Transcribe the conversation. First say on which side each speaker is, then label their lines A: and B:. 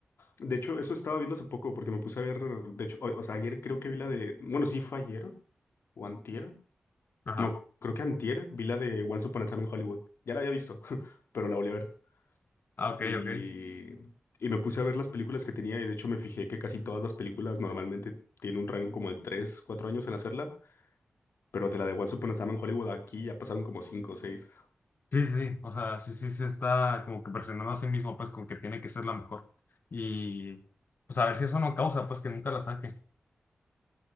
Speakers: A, on the left (about 80°); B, on the left (about 50°).
A: De hecho, eso estaba viendo hace poco porque me puse a ver, de hecho, o, o sea, ayer creo que vi la de, bueno, sí fue ayer o antier,
B: Ajá.
A: no, creo que antier vi la de Once Upon a Time in Hollywood. Ya la había visto, <laughs> pero la volví a ver.
B: Ah,
A: Y,
B: ok, ok.
A: y me puse a ver las películas que tenía y de hecho me fijé que casi todas las películas normalmente tienen un rango como de 3 4 años en hacerla. Pero de la de Once Upon a Time en Hollywood aquí ya pasaron como cinco o seis.
B: Sí, sí, sí, o sea, sí, sí, se está como que presionando a sí mismo, pues, con que tiene que ser la mejor. Y, pues, a ver si eso no causa, pues, que nunca la saque.